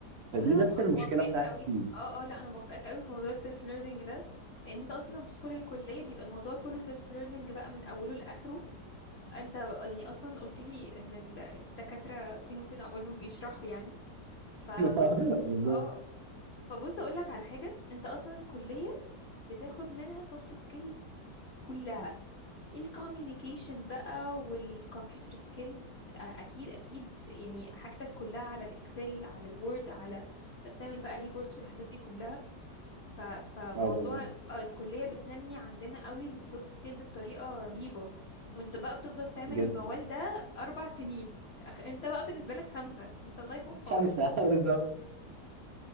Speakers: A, on the left; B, on the right.
A: بص
B: فدي
A: انا
B: بس المشكله
A: موافقاك
B: بتاعتي
A: قوي
B: فيه
A: اه اه لا انا موافقاك قوي في موضوع السيلف ليرنينج ده لان انت اصلا لما بتدخل الكلية بيبقى الموضوع كله سيلف ليرنينج بقى من اوله لاخره انت يعني اصلا قلت لي ان ال- الدكاترة فين وفين عقبال ما بيشرحوا يعني فبص
B: <laughs> بالظبط
A: اه فبص اقول لك على حاجة انت اصلا الكلية بتاخد منها سوفت سكيل كلها الكوميونيكيشن بقى والكمبيوتر سكيلز اكيد اكيد يعني حاجتك كلها على الاكسل على الوورد على طب تعمل بقى ريبورتس بالحاجات دي كلها ف... فموضوع
B: اه بالظبط
A: آه، الكلية بتنمي عندنا قوي السوفت سكيلز بطريقة رهيبة وانت بقى بتفضل تعمل
B: جدا
A: الموال ده اربع سنين أخ- انت بقى بالنسبة لك خمسة انت الله يكون في
B: خمسه
A: عونك
B: <laughs> بالظبط